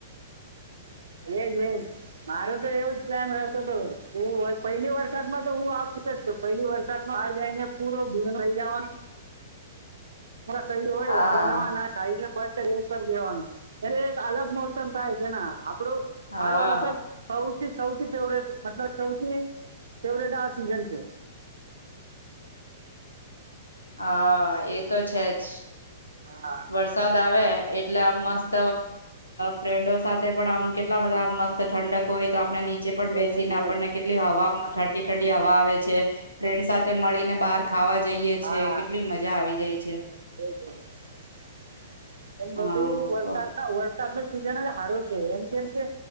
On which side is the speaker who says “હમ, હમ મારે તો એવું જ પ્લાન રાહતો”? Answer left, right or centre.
Right